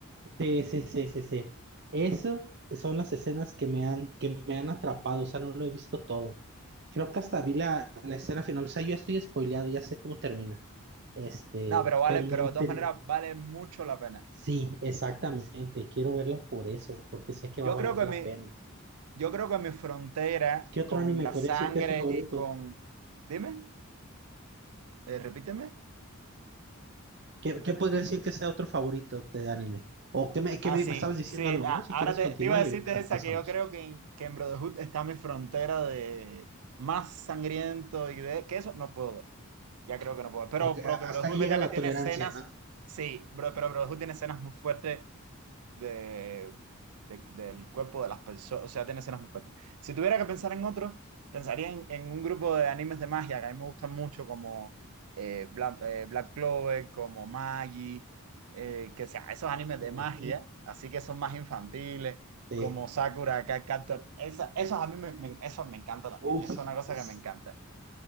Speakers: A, on the right (about 50°); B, on the right (about 80°).
A: Sí, sí, sí, sí, sí. Eso son las escenas que me han, que me han atrapado, o sea, no lo he visto todo. Creo que hasta vi la, la escena final, o sea, yo ya estoy spoileado, ya sé cómo termina. Este,
B: No, pero vale,
A: pero
B: pero
A: me interesa,
B: de todas maneras vale mucho la pena.
A: sí, exactamente, quiero verla por eso, porque sé que
B: Yo
A: va a valer
B: creo que
A: la
B: mi,
A: pena.
B: yo creo que mi frontera
A: ¿Qué otro
B: con
A: anime
B: la
A: podría
B: sangre
A: decir que es su favorito?
B: y con. Dime, eh, repíteme.
A: ¿Qué, qué podría decir que sea otro favorito de anime? O que me, que
B: Ah,
A: me,
B: sí,
A: me estabas diciendo
B: sí,
A: algo,
B: la-
A: ¿no? Si
B: ahora
A: quieres
B: te,
A: continúa
B: te iba a
A: y
B: decir
A: ahorita
B: de esa
A: pasamos.
B: que yo creo que, en- que en Brotherhood está mi frontera de más sangriento y de que eso no puedo ver, ya creo que no puedo ver, pero,
A: Ok, a-
B: pero que Brotherhood
A: hasta ahí
B: es verdad
A: llega la
B: que tiene
A: tolerancia,
B: escenas,
A: ¿no?
B: sí, bro, pero Brotherhood tiene escenas muy fuertes de, de- del cuerpo de las personas, o sea, tiene escenas muy fuertes. Si tuviera que pensar en otros, pensaría en, en un grupo de animes de magia que a mí me gustan mucho, como eh, Bla- eh, Black Clover, como Magi, eh, que sea, esos animes de
A: Ujú.
B: magia, así que son más infantiles,
A: Sí.
B: como Sakura, Card Captor, esa- esos a mí me, me, esos me encanta también,
A: Uf,
B: eso es una cosa
A: s-
B: que me encanta.